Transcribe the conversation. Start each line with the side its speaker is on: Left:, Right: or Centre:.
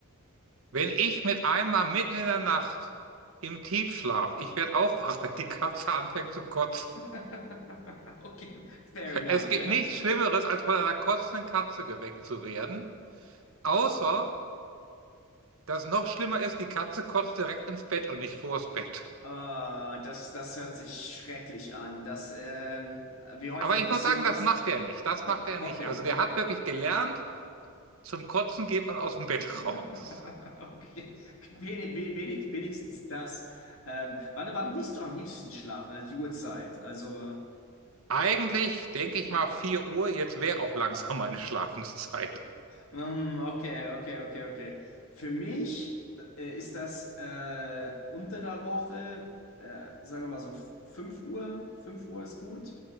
Right: wenn ich mit einmal mitten in der Nacht im Tiefschlaf, ich werde auch <laughs> wach, wenn die Katze anfängt zu kotzen.
Left: <laughs> Okay, fair enough,
Right: Es gibt
Left: ja.
Right: nichts Schlimmeres, als von einer kotzenden Katze geweckt zu werden. Außer, dass noch schlimmer ist, die Katze kotzt direkt ins Bett und nicht vors Bett.
Left: Ah, das, das hört sich schrecklich an. Das, ähm, wie häufig
Right: Aber ich
Left: passiert
Right: muss sagen,
Left: das?
Right: das macht er nicht. Das
Left: Ja,
Right: macht er
Left: Okay,
Right: nicht. Also der
Left: okay.
Right: hat wirklich gelernt, zum Kotzen geht man aus dem Bett
Left: <laughs>
Right: raus.
Left: Okay. Wenig, we- wenig, wenigstens das. Ähm, wann, wann gehst du am liebsten schlafen? Also die Uhrzeit. Also.
Right: Eigentlich denke ich mal 4 Uhr, jetzt wäre auch langsam meine Schlafenszeit.
Left: Ähm, okay, okay, okay, okay. Für mich äh, ist das äh, unter der Woche, äh, sagen wir mal so fünf Uhr, 5 Uhr ist gut.